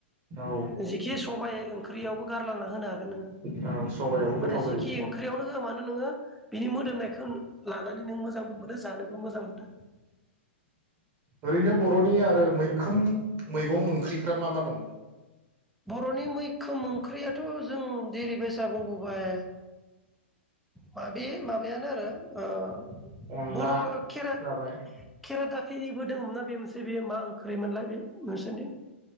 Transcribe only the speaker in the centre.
जिखि सबाइ ओंख्रियावबो गारलांना होनो हागोन नोङो
माने
जिखि
ओंख्रियावनो होआ मानो नोङो बिनि मोदोमनायखौ लानानै नों मोजां मोजां मोनो जानो मोजां मोनो
बर'नि मैखोम ओंख्रियाथ' जों जेरैबायसा बुंबोबाय माबे माबायानो आरो ओ
बर' खेरा
खेर दा खिनिबो दङमोनना बे मोनसे बेयो मा ओंख्रै मोनलाय बे नुसनदों